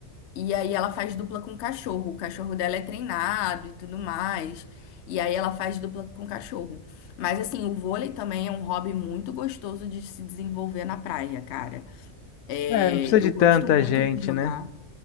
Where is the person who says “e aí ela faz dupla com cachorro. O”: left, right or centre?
Left